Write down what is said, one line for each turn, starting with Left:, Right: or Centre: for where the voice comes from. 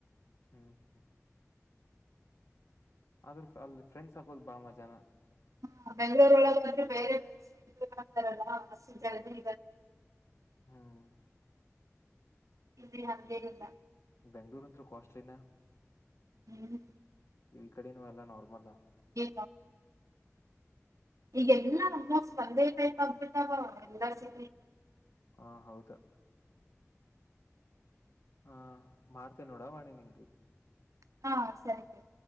Left: ಹ್ಮ್ ಹ್ಮ್ ಆದ್ರ ಅಲ್ಲಿ ಫ್ರೆಂಡ್ಸ್ ಹಾಕೋದು್ ಬಾ ಮಜಾನ
Right: ಹಾ ಬೆಂಗ್ಗಳೂರ ಒಳಗಂದ್ರೆ ಬೇರೆ ಬ ಆಗ್ತಾರಲ್ಲ ಬಸ್ ಜದಿ
Left: ಹ್ಮ್
Right: ಇ ನಂಗೇನಲ್ಲ
Left: ಬೆಂಗ್ಳೂರು ಅಂತೂ ಕಾಸ್ಟ್ಲಿಿನ
Right: ಹ್ಮ್
Left: ಇ್ ಈ ಕಡೆನು ಎಲ್ಲ ನಾರ್ಮಲ್
Right: ಹ ಈಗೆಲ್ಲಾ ಅ ಒಂದೇತೈ ಅಂದಬಿಟ್ಟಾವ ಎಲ್ಲ ಸಿ
Left: ಹಾ ಹೌದಾ ಹಾ ಮಾಡ್ತೇ ನೋಡ ವಾಣಿ ನಿಂಗ್ಗೆ
Right: ಹಾ ಸರಿ ಸರಿ